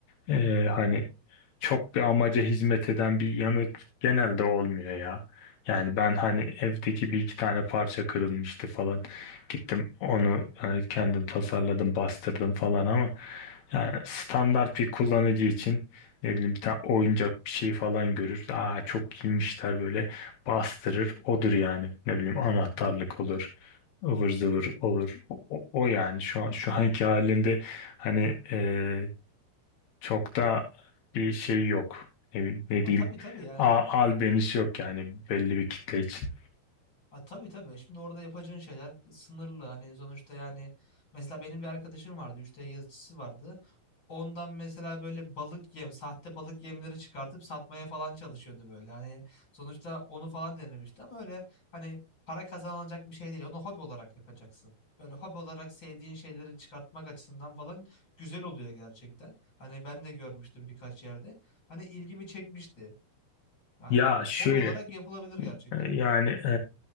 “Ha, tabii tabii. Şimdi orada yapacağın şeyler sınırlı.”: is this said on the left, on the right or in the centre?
Left